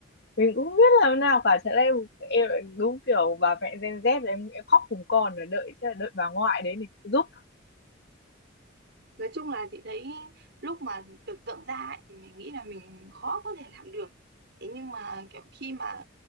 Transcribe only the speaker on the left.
mình cũng không biết làm thế nào cả thế là em em đúng kiểu bà mẹ Gen Z là em, em khóc cùng con rồi đợi thế là đợi bà ngoại đến để giúp